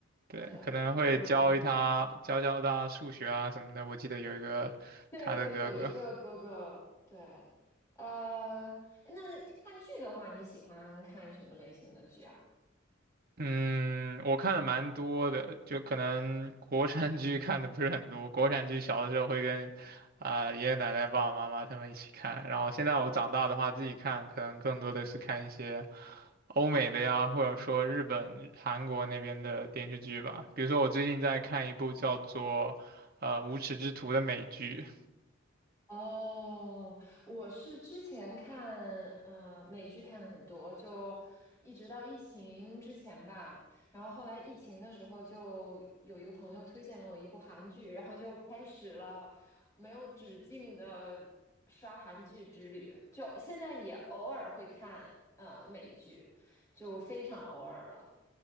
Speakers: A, on the right; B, on the left.
A: 对，
B: 对，
A: 可能会教一她教教她数学啊什么的，
B: 啊。
A: 我记得有一个她的哥哥。
B: 对对，有一个哥哥，对，呃，那看剧的话，你喜欢看什么类型的剧啊？
A: 嗯，我看的蛮多的，就可能国产剧看的不是很多。国产剧小的时候会跟啊、爷爷奶奶、爸爸妈妈他们一起看，然后现在我长大的话自己看，可能更多的是看一些欧美的呀，或者说日本、韩国那边的电视剧吧。比如说我最近在看一部叫做呃《无耻之徒》的美剧。
B: 哦，我是之前看呃美剧看的很多，就一直到疫情之前吧。然后后来疫情的时候，就有一个朋友推荐了我一部韩剧，然后就开始了没有止境的刷韩剧之旅。就现在也偶尔会看呃美剧，就非常偶尔了。